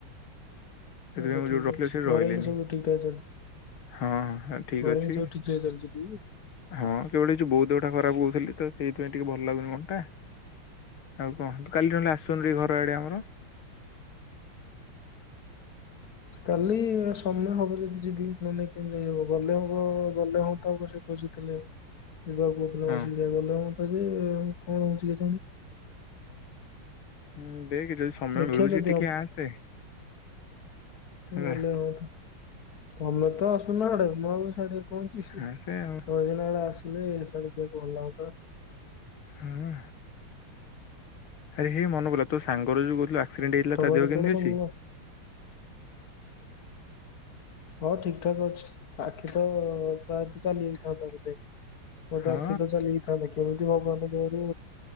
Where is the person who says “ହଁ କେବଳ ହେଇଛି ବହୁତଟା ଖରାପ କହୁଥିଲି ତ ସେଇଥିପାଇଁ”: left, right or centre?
Left